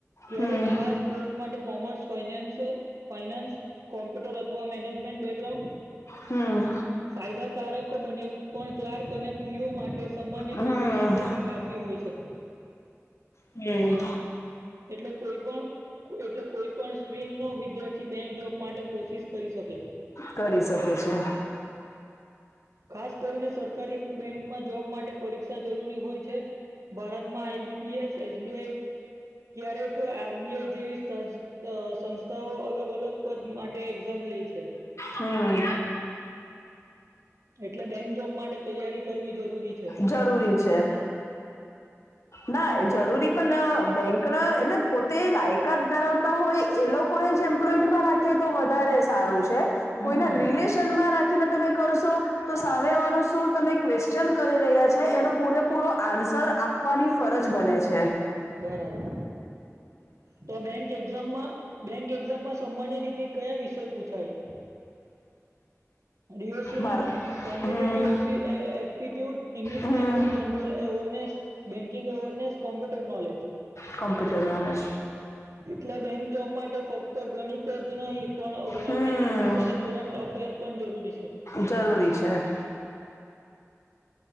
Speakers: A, on the right; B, on the left.
A: ક્યારેક
B: હમ
A: ખાસ પોસ્ટ માટે કોમર્સ ફાઇનાન્સ ફાઈનાન્સ કોમ્પ્યુટર અથવા મેનેજમેન્ટ બેકગ્રાઉન્ડ
B: હમ
A: ફાયદાકારક બને પણ ક્લાર્ક અને પીઓ માટે સામાન્ય
B: હમ
A: ગ્રેજ્યુએશન પણ કાફી હોઈ શકે.
B: હમ્મ.
A: એટલે કોઈ પણ એટલે કોઈ પણ સ્ટ્રીમ નો વિદ્યાર્થી બેંક જોબ માટે કોશિશ કરી શકે.
B: કરી શકે છે.
A: ખાસ કરીને સરકારી બેંકમાં જોબ માટે પરીક્ષા જરૂરી હોય છે. ભારતમાં I B P S S B I ક્યારેક આર બી આઈ જેવી સંસ્થ આ સંસ્થાઓ અલગ અલગ પદ માટે એક્ઝામ લઈ છે.
B: હમ્મ.
A: એટલે બેંક જોબ માટે તૈયારી કરવી જરૂરી છે.
B: જરૂરી છે. ના જરૂરી પણ બેંક ના એટલે પોતે લાયકાત ધરાવ તા હોય એ લોકોને જ એમ્પ્લોઈડમાં રાખીએ તો વધારે સારું છે.
A: હમ
B: કોઈના રિલેશનમાં રાખીને તમે કરશો તો સામે વાળું શું તમે ક્વેશ્ચન કરે રહ્યા છે એનો પૂરેપૂરો આન્સર આપવાની ફરજ બને છે.
A: બરાબર તો બેંક એક્ઝામમાં બેંક એક્ઝામમાં સામાન્ય રીતે કયા વિષય પૂછાય. રિયોસનિંગ
B: મારા
A: કોન્ટેટીવ
B: હમ
A: એપલી એ એપટીટ્યુડ ઇંગ્લિશ
B: હમ
A: લેંગ્વેજ જન general awareness banking awareness computer knowledge.
B: Computer knowledge.
A: <inaudible> એટલે બેંક જોબ માટે ફક્ત ગણિત જ નહીં પણ
B: હમ
A: લોજિક ઇંગ્લિશ અને કરંટ અફેર પણ જરૂરી છે.
B: જરૂરી છે.